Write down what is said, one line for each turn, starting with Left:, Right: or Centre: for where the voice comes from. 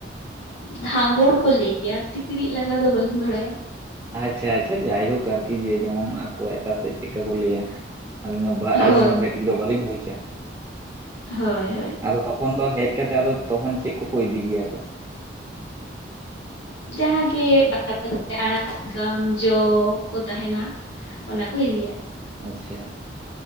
Left: ᱫᱷᱟᱝᱜᱲ ᱠᱚ ᱞᱟᱹᱭ ᱜᱮᱭᱟ ᱥᱤᱠᱲᱤᱡ ᱞᱟᱜᱟ ᱫᱚ ᱵᱟᱹᱞᱤᱧ ᱵᱟᱲᱟᱭᱟ
Right: ᱟᱪᱪᱷᱟ ᱟᱪᱪᱷᱟ ᱡᱟᱭᱦᱳᱠ ᱟᱨᱠᱤ ᱡᱮ ᱡᱮᱢᱚᱱ ᱟᱠᱚᱣᱟᱜ ᱚᱠᱟᱥᱮᱫ ᱪᱮᱫᱠᱟ ᱠᱚ ᱞᱟᱹᱭᱟ ᱟᱹᱞᱤ ᱟᱹᱞᱤᱧ
Left: ᱦᱳᱭ
Right: ᱦᱚᱸ ᱵᱷᱟᱹᱜᱮ ᱴᱷᱤᱠ ᱫᱚ ᱵᱟᱹᱞᱤᱧ ᱵᱩᱡᱟ
Left: ᱦᱳᱭ ᱦᱳᱭ
Right: ᱟᱫᱚ ᱛᱚᱠᱷᱚᱱ ᱫᱚ ᱦᱮᱡ ᱠᱟᱛᱮ ᱛᱚᱠᱷᱚᱱ ᱪᱮᱫ ᱠᱚ ᱤᱫᱤ ᱜᱮᱭᱟ ᱠᱚ
Left: ᱡᱟᱦᱟᱸᱜᱮ ᱟᱲᱟᱜ ᱥᱟᱠᱟᱢ ᱡᱚ ᱠᱚ ᱛᱟᱦᱮᱱᱟ <unintelligible> ᱚᱱᱟ ᱠᱚ ᱤᱫᱤᱭᱟ
Right: ᱟᱪᱪᱷᱟ